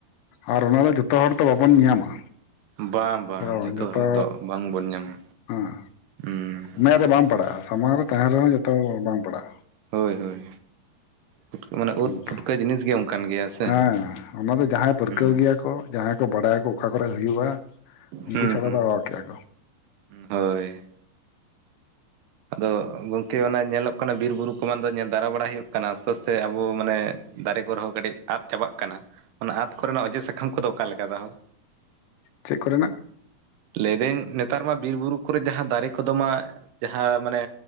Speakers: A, on the left; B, on the right.
A: ᱟᱨ ᱚᱱᱟ ᱫᱚ ᱡᱚᱛᱚ ᱦᱚᱲ ᱫᱚ ᱵᱟᱵᱚᱱ ᱧᱟᱢᱟ᱾
B: ᱵᱟᱝ ᱵᱟᱝ
A: ᱟᱫᱚ
B: ᱡᱷᱚᱛᱚ
A: ᱡᱚᱛᱚ
B: ᱦᱚᱲ ᱫᱚ ᱵᱟᱝᱵᱚᱱ ᱧᱟᱢᱟ᱾
A: ᱦᱮᱸ᱾
B: ᱦᱩᱸ᱾
A: ᱢᱮᱫ ᱨᱮ ᱵᱟᱝ ᱯᱟᱲᱟᱜ-ᱟ᱾ ᱥᱟᱢᱟᱝ ᱨᱮ ᱛᱟᱦᱮᱸᱱ ᱨᱮᱦᱚᱸ ᱡᱚᱛᱚ ᱵᱟᱝ ᱯᱟᱲᱟᱜ-ᱟ᱾
B: ᱦᱳᱭ ᱦᱳᱭ ᱯᱩᱴᱠᱟᱹ ᱢᱟᱱᱮ
A: ᱚᱱᱠᱟ
B: ᱩᱫᱽ ᱯᱷᱩᱴᱠᱟᱹ ᱡᱤᱱᱤᱥ ᱜᱮ ᱚᱱᱠᱟᱱ ᱜᱮᱭᱟ ᱥᱮ᱾
A: ᱦᱮᱸ ᱚᱱᱟ ᱫᱚ ᱡᱟᱦᱟᱸᱭ ᱯᱟᱹᱨᱠᱟᱹᱣ
B: ᱦᱩᱸ
A: ᱜᱮᱭᱟ ᱠᱚ ᱡᱟᱦᱟᱸᱭ ᱠᱚ ᱵᱟᱰᱟᱭᱟᱠᱚ ᱚᱠᱟ ᱠᱚᱨᱮ ᱦᱩᱭᱩᱜ-ᱟ ᱩᱱᱠᱩ
B: ᱦᱩᱸ
A: ᱪᱷᱟᱲᱟ
B: ᱦᱩᱸ
A: ᱫᱚ ᱚᱦᱚ ᱠᱮᱭᱟ ᱠᱚ᱾
B: ᱦᱳᱭ᱾ ᱟᱫᱚ ᱜᱚᱢᱠᱮ ᱚᱱᱟ ᱧᱮᱞᱚᱜ ᱠᱟᱱᱟ ᱵᱤᱨ ᱵᱩᱨᱩ ᱠᱚᱢᱟ ᱫᱚ ᱧᱮᱞ ᱫᱟᱨᱟ ᱵᱟᱲᱟᱭ ᱦᱩᱭᱩᱜ ᱠᱟᱱᱟ ᱟᱥᱛᱮ ᱟᱥᱛᱮ ᱟᱵᱚ ᱢᱟᱱᱮ ᱫᱟᱨᱮ ᱠᱚᱨᱮ ᱦᱚᱸ ᱠᱟᱹᱴᱤᱡ ᱟᱫ ᱪᱟᱵᱟᱜ ᱠᱟᱱᱟ᱾ ᱚᱱᱟ ᱟᱫ ᱠᱚᱨᱮᱱᱟᱜ ᱚᱡᱮ ᱥᱟᱠᱟᱢ ᱠᱚᱫᱚ ᱚᱠᱟ ᱞᱮᱠᱟ ᱛᱟᱦᱚᱞᱮ?
A: ᱪᱮᱜ ᱠᱚᱨᱮᱱᱟᱜ᱾
B: ᱞᱟᱹᱭᱫᱟᱹᱧ ᱱᱮᱛᱟᱨ ᱢᱟ ᱵᱤᱨᱵᱩᱨᱩ ᱠᱚᱨᱮ ᱡᱟᱦᱟᱸ ᱫᱟᱨᱮ ᱠᱚᱫᱚ ᱢᱟ ᱡᱟᱦᱟᱸ ᱢᱟᱱᱮ